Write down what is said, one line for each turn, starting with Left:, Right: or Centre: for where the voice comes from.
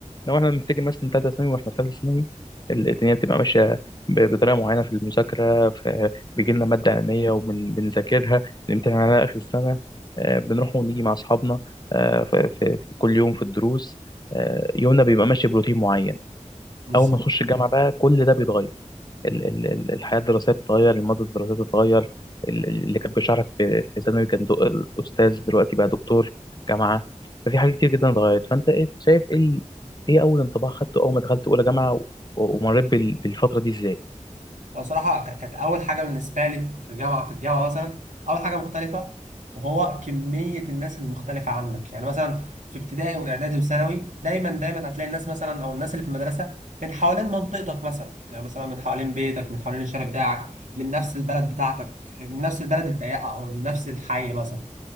Left: لو احنا بنفتكر مثلا تالتة ثانوي واحنا في ثالثة ثانوي ال- الدنيا بتبقى ماشية ب- بطريقة معينة في المذاكرة ف- بيجي لنا مادة علمية وبنذاكرها بنمتحن عليها آخر السنة آه، بنروح ونيجي مع أصحابنا آه، ف- ف- في كل يوم في الدروس آه، يومنا بيبقى ماشي بروتين معين
Right: بالظبط
Left: أول ما نخش الجامعة بقى كل ده بيتغير ال- ال- ال- الحياة الدراسية بتتغير المادة الدراسية بتتغير ال- ال- اللي كان بيشرح لك في في ثانوي كان دو الأستاذ دلوقتي بقى دكتور جامعة ففي حاجات كتير جدا اتغيرت فأنت إيه- شايف إيه ال- إيه أول انطباع خدته أول ما دخلت أولى جامعة و- ومريت بال- بالفترة دي إزاي؟
Right: بصراحة ك- كانت أول حاجة بالنسبة لي في جامعة في الجامعة مثلا أول حاجة مختلفة وهو كمية الناس المختلفة عنك يعني مثلا في ابتدائي وإعدادي وثانوي دايما دايما هتلاقي الناس مثلا أو الناس اللي في المدرسة من حوالين منطقتك مثلا يعني مثلا من حوالين بيتك من حوالين الشارع بتاعك من نفس البلد بتاعتك من نفس البلد الضيقة أو من نفس الحي مثلا